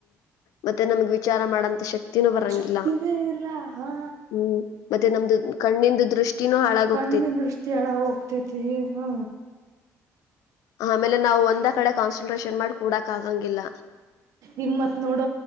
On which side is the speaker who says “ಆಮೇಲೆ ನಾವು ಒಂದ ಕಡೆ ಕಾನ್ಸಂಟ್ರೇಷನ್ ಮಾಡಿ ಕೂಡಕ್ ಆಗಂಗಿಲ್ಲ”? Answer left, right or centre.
Left